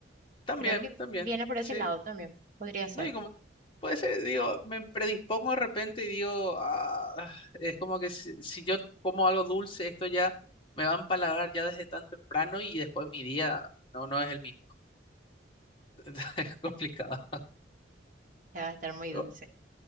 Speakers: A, on the left; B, on the right.
A: también,
B: Creo que
A: también,
B: viene por ese
A: sí.
B: lado también. Podría ser.
A: No, y como puede ser, digo, me predispongo de repente y digo, "Ah", es como que si, si yo como algo dulce, esto ya me va a empalagar ya desde tan temprano y después mi día no, no es el mismo. <laughs> Entonces, Es complicado.
B: Ya va a estar muy dulce.
A: O-